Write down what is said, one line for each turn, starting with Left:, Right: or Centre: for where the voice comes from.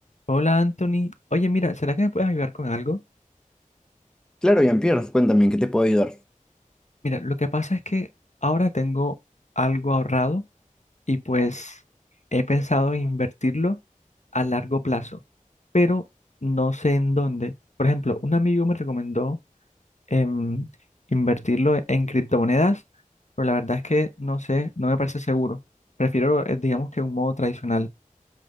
Left: Hola Anthony, oye mira, ¿será que me puedes ayudar con algo?
Centre: Claro, Jean-Pierre, cuéntame, ¿en qué te puedo ayudar?
Left: Mira, lo que pasa es que ahora tengo algo ahorrado y pues he pensado en invertirlo a largo plazo, pero no sé en dónde. Por ejemplo, un amigo me recomendó em, invertirlo en, en criptomonedas, pero la verdad es que no sé, no me parece seguro. Prefiero, eh, digamos que un modo tradicional,